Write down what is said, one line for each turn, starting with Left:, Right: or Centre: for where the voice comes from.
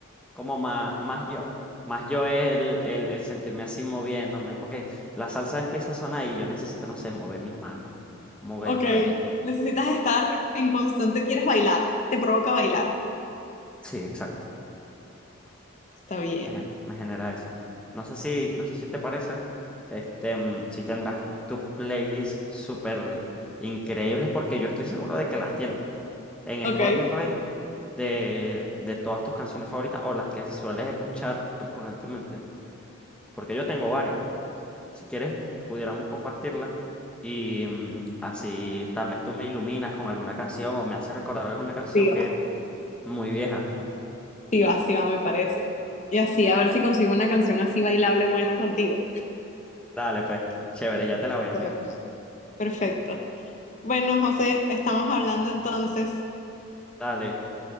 Centre: como más, más yo. Más yo es el, el, el sentirme así moviéndome, porque la salsa empieza a sonar y yo necesito, no sé, mover mis manos, mover
Left: Ok.
Centre: el cuerpo.
Left: Necesitas estar en constante, quieres bailar. Te provoca bailar.
Centre: Sí, exacto.
Left: Está bien.
Centre: Me, gen- me genera eso. No sé si, no sé si te parece, este, mm, si tendrás tus playlists súper increíbles, porque yo estoy seguro de que las tienes en Spotify
Left: Ok.
Centre: de, de todas tus canciones favoritas o las que sueles escuchar recurrentemente, porque yo tengo varias. Si quieres, pudiéramos compartirla y mm, así tal vez tú me iluminas con alguna canción o me haces recordar alguna canción
Left: Sí
Centre: que
Left: va,
Centre: muy vieja.
Left: sí va, sí va, me parece. Y así, a ver si consigo una canción así bailable buena contigo.
Centre: Dale, pues, chévere, ya te la voy a enviar.
Left: Sí. Perfecto. Bueno, José, estamos hablando entonces.
Centre: Dale.